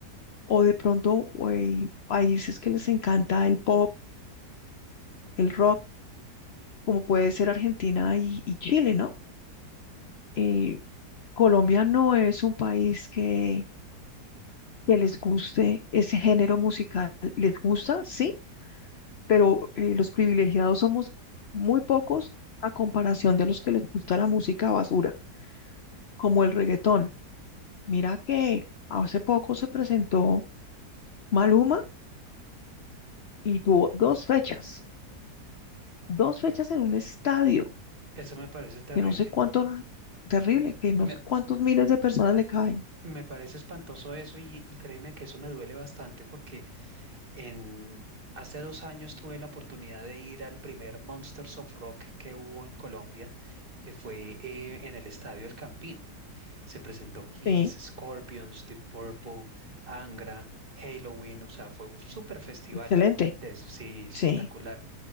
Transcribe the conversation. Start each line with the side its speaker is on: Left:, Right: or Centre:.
Left: o de pronto güey, países que les encanta el pop, el rock, como puede ser Argentina y, y Chile, ¿no? Eh, Colombia no es un país que, que les guste ese género musical. Les gusta, sí, pero eh, los privilegiados somos muy pocos a comparación de los que les gusta la música basura, como el reggaetón. Mira que hace poco se presentó Maluma y tuvo dos fechas, dos fechas en un estadio
Right: Eso me parece terrible.
Left: que no sé cuánto, terrible,
Right: N-
Left: que no
Right: Me,
Left: sé cuántos miles de personas le caben.
Right: me parece espantoso eso y, y créeme que eso me duele bastante porque... En, hace dos años tuve la oportunidad de ir al primer Monsters of Rock que hubo en Colombia, que fue eh, en el Estadio El Campín. Se presentó Kiss,
Left: Sí,
Right: Scorpions, The Purple, Angra, Halloween, o sea, fue un super festival,
Left: excelente.
Right: de- sí, espectacular
Left: Sí,